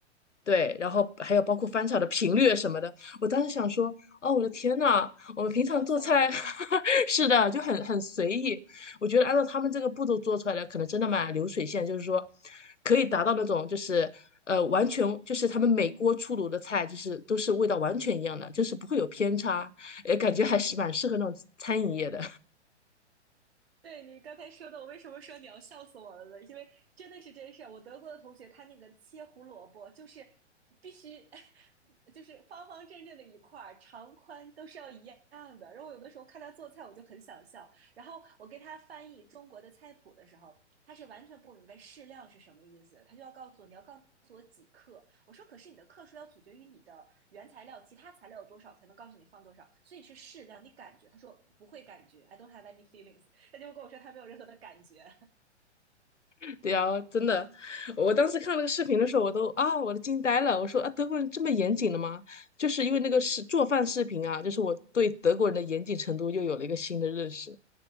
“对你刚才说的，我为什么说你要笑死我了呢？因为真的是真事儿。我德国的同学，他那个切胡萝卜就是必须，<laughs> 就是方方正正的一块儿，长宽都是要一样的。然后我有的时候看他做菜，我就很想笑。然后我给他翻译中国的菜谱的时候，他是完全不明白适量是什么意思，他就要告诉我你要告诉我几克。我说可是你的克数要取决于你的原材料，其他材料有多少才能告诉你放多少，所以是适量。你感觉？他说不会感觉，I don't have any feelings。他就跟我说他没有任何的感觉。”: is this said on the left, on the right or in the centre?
Right